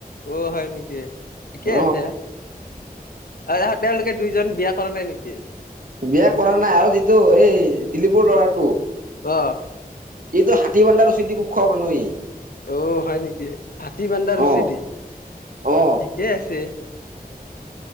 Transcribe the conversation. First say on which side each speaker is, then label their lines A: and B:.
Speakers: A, on the left; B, on the right.
A: অ হয় নেকি ঠিকে
B: অ
A: আছে আৰু তেওঁলোকে দুইজন বিয়- কৰা নাই নেকি?
B: বিয়া কৰা নাই আৰু যিটো এই দিলীপৰ ল'ৰাটো-
A: অ
B: এইটো হাতী বন্ধাৰ ৰচি দি খুব খোৱা মানুহেই-
A: অ হয় নেকি হাতী বানদা ৰুচি
B: অ
A: দি
B: অ
A: ঠিকে আছে।